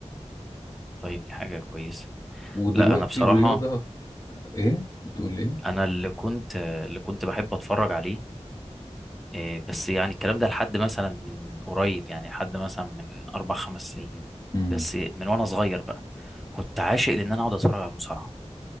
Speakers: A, in the centre; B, on the left.
A: طيب دي حاجه كويسه
B: ودلوقتي
A: لا انا بصراحه
B: الرياضة ايه بتقول ايه
A: انا اللي كنت اللي كنت بحب اتفرج عليه إيه، بس يعني الكلام ده لحد مثلا من قريب يعني لحد مثلا من اربع خمس سنين
B: امم
A: بس من وانا صغير بقى كنت عاشق لان انا اقعد اتفرج على المصارعه